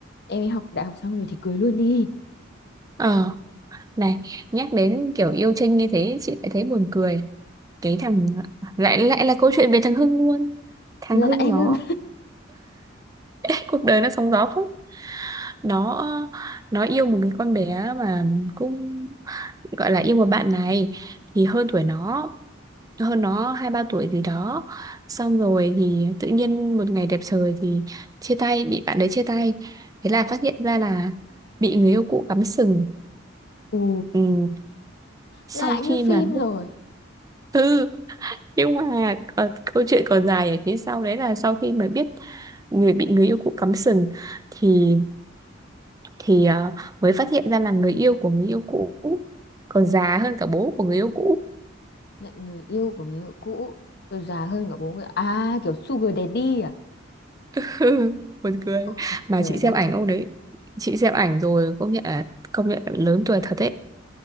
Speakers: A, on the left; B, on the right.
A: em ấy học đại học xong rồi thì cưới luôn đi
B: ờ Này, nhắc đến kiểu yêu Trinh như thế, chị lại thấy buồn cười. Cái thằng, lại lại là câu chuyện về thằng Hưng luôn. Thằng
A: là
B: Hưng
A: lại
B: nó,
A: ngưng
B: <laughs> cuộc đời nó sóng gió phết. Nó, nó yêu một cái con bé mà cũng gọi là yêu một bạn này thì hơn tuổi nó hơn nó hai ba tuổi gì đó xong rồi thì tự nhiên một ngày đẹp trời thì chia tay bị bạn đấy chia tay thế là phát hiện ra là bị người yêu cũ cắm sừng
A: ù
B: Ừ, sau
A: lại như
B: khi
A: phim
B: mà
A: rồi
B: ừ nhưng mà còn, câu chuyện còn dài ở phía sau đấy là sau khi mà biết người bị người yêu cũ cắm sừng thì thì ờ, mới phát hiện ra là người yêu của người yêu cũ còn già hơn cả bố của người yêu cũ
A: lại người yêu của người yêu cũ rồi già hơn cả bố người à kiểu sugar daddy à
B: <laughs> Ừ, buồn cười
A: ôi
B: mà
A: trời
B: chị xem
A: đất
B: ảnh ông đấy chị xem ảnh rồi công nhận là công nhận là lớn tuổi thật đấy